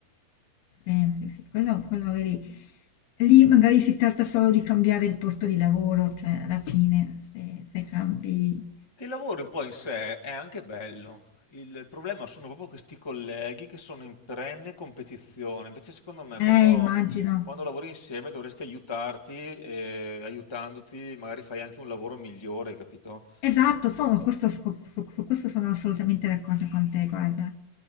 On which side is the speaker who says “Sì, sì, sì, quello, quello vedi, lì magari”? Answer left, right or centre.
Left